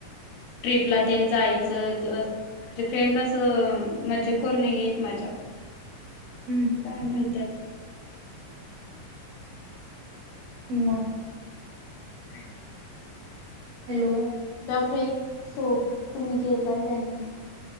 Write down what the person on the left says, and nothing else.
ट्रीपला
तेन जायचं.. माझे फ्रेंड असं मज्जेखोर नाही आहेत माझ्या.
काय म्हणतात.
<unintelligible>
फ्रेंड्स सोबत तुम्ही गेलाय की नाही.